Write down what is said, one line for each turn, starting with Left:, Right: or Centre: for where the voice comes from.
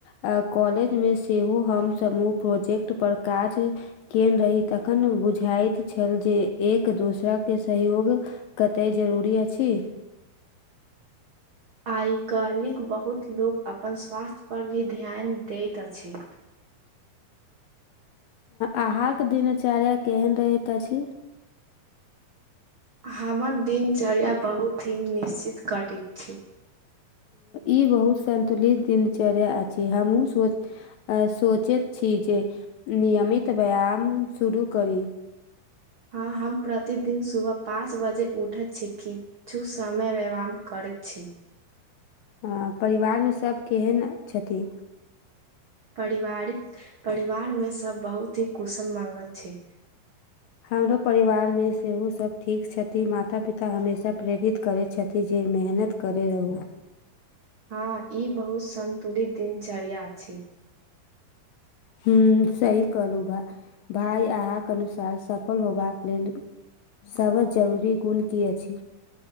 Left: आ कॉलेजमे सेहो हमसभ ओ प्रोजेक्ट पर काज। केएल रही तखन बुझाइत छल जे एक दोसरा के सहयोग। कते जरूरी अछि।
Right: आय कलिक बहुत लोक अपन स्वास्थ्य पर भी ध्यान दैत अछि।
Left: अहाँके दिनचर्या केहन रहैत अछि।
Right: हमर दिनचर्या बहुत ही निश्चित कटित छी।
Left: ई बहुत सतुंलित दिनचर्या अछि हमहुँ सोच आ सोचैत छी जे नियमित व्यायाम शुरू करी।
Right: हँ हम प्रतिदिन सुबह पाँच बजे उठैत छी की छु समय व्यवाम करै छी
Left: ह परिवारमे सभ केहन छथि
Right: परिवारिक परिवार में सब बहुत ही कुशल मंगल छी
Left: हमरो परिवारमे सेहो सब ठीक छथिन माता पिता हमेशा प्रेरित करै छथिन जे मेहनत करै रहू
Right: हँ ई बहुत संन्तुलित दिनचर्या छी
Left: ह्म सही कहलू भ भाय अहाँके अनुसार सफल होबाक लेल सब जरूरी गुण की अछि